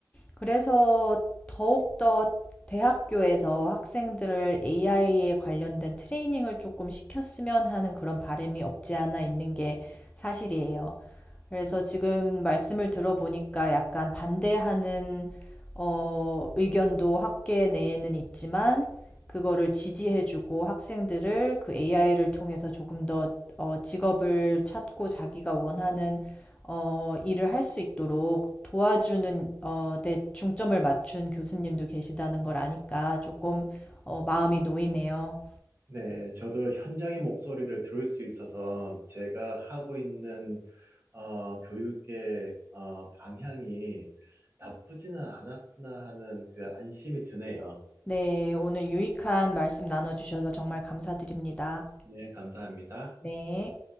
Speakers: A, on the left; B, on the right.
A: 그래서 더욱더 대학교에서 학생들을 AI에 관련된 트레이닝을 조금 시켰으면 하는 그런 바람이 없지 않아 있는 게 사실이에요. 그래서 지금 말씀을 들어보니까 약간 반대하는 어, 의견도 학계 내에는 있지만 그거를 지지해주고 학생들을 그 AI를 통해서 조금 더 어, 직업을 찾고 자기가 원하는 어, 일을 할 수 있도록 도와주는 어, 데 중점을 맞춘 교수님도 계시다는 걸 아니까 조금 어, 마음이 놓이네요.
B: 네, 저도 현장의 목소리를 들을 수 있어서 제가 하고 있는 어, 교육의 어, 방향이 나쁘지는 않았구나 하는 그 안심이 드네요.
A: 네, 오늘 유익한 말씀 나눠주셔서 정말 감사드립니다.
B: 네, 감사합니다.
A: 네.